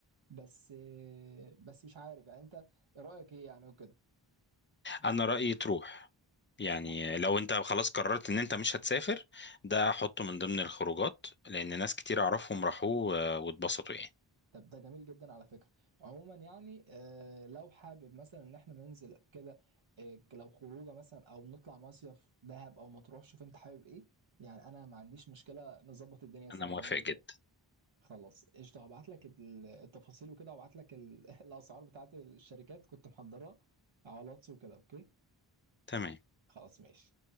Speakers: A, on the right; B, on the left.
A: بس آه، بس مش عارف يعني انت إيه رأيك ايه يعني وكده
B: انا رايي تروح يعني
A: لا.
B: لو انت خلاص قررت ان انت مش هتسافر ده حطه من ضمن الخروجات لان ناس كتير اعرفهم راحوا آه، واتبسطوا يعني
A: طب ده جميل جدا على فكرة عموما يعني آه، لو حابب مثلا ان احنا ننزل كده آه، لو خروجه مثلا او نطلع مصيف دهب او مطروح شوف انت حابب ايه يعني انا ما عنديش مشكلة نظبط الدنيا سوا
B: انا موافق
A: يعني وكده
B: جدا
A: خلاص قشطة هبعت لك ال- التفاصيل وكده هبعت لك ال- <laughs> الأسعار بتاعت الشركات كنت محضرها على الواتس وكده أوكي
B: تمام
A: خلاص ماشي